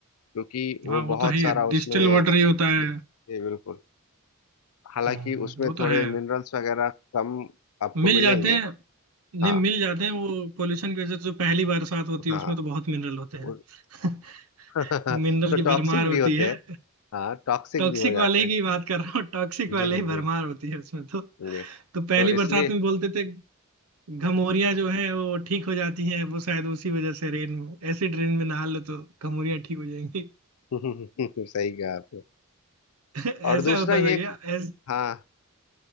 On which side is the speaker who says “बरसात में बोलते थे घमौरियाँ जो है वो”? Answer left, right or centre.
Right